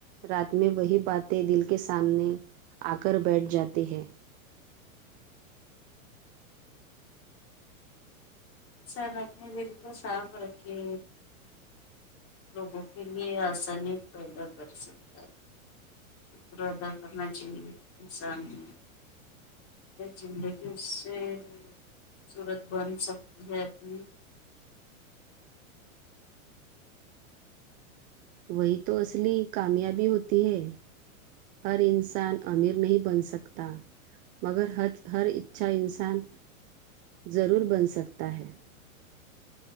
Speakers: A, on the right; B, on the left.
A: رات میں وہی باتیں دل کے سامنے آ کر بیٹھ جاتی ہے
B: سر اپنے دل کو صاف رکھے لوگوں کے لیے آسانی پیدا کر سکتا ہے شکر ادا کرنا چاہیے انسان میں زندگی اس سے خوبصورت بن سکتی ہے اپنی
A: وہی تو اصلی کامیابی ہوتی ہے ہر انسان امیر نہیں بن سکتا مگر ہت ہر اچھا انسان ضرور بن سکتا ہے